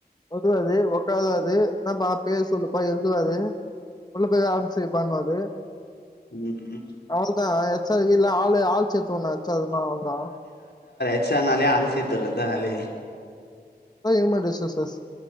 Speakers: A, on the left; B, on the left.
A: உதுவாது உக்காராது என்ன பா பேர் சொல்லுப்பா எழுதுவாரு உள்ள போய் ஆம் சரிப்பானுவாரு
B: ம்
A: அவு தா எச்சா இல்ல ஆளு ஆள் சேத்து ஒண்ண எச்சாதுன அவுள்தா
B: எச் ஆர் நாளே ஆல் சேத்துரத வேலையே
A: ஹியூமன் ரிசோர்சஸ்